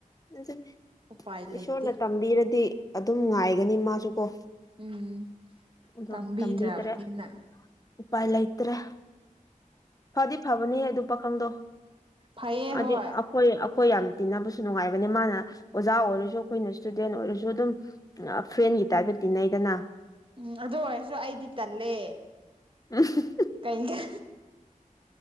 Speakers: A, on the left; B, on the right.
A: ꯑꯗꯨꯅꯦ
B: ꯎꯄꯥꯏ ꯂꯩꯇꯦ
A: ꯏꯁꯣꯔꯅ ꯇꯝꯕꯤꯔꯗꯤ ꯑꯗꯨꯝ ꯉꯥꯏꯒꯅꯤ ꯃꯥꯁꯨ ꯀꯣ
B: ꯎꯝ
A: ꯑꯗꯣ
B: ꯇꯝꯕꯤꯗ꯭ꯔꯕꯅꯤꯅ
A: ꯇꯝꯕꯤꯗꯔꯦ ꯎꯄꯥꯏ ꯂꯩꯇ꯭ꯔꯦ ꯐꯗꯤ ꯐꯕꯅꯦꯍꯦ ꯑꯗꯨ ꯄꯥꯈꯪꯗꯣ
B: ꯐꯩꯌꯦ
A: ꯍꯥꯏꯗꯤ
B: ꯍꯣꯏ
A: ꯑꯩꯈꯣꯏ ꯑꯩꯈꯣꯏ ꯌꯥꯝ ꯇꯤꯟꯅꯕꯁꯨ ꯁꯨ ꯅꯨꯡꯉꯥꯏꯕꯅꯦ ꯃꯥꯅ ꯑꯣꯖꯥ ꯑꯣꯏꯔꯁꯨ ꯑꯩꯈꯣꯏꯅ ꯁ꯭ꯇꯨꯗꯦꯟ ꯑꯣꯏꯔꯁꯨ ꯑꯗꯨꯝ ꯑ ꯐ꯭ꯔꯦꯟꯒꯤ ꯇꯥꯏꯞꯇ ꯇꯤꯟꯅꯩꯗꯅ
B: ꯎꯝ ꯑꯗꯨ ꯑꯣꯏꯔꯁꯨ ꯑꯩꯗꯤ ꯇꯜꯂꯦ
A: <unintelligible>
B: ꯀꯩ ꯒ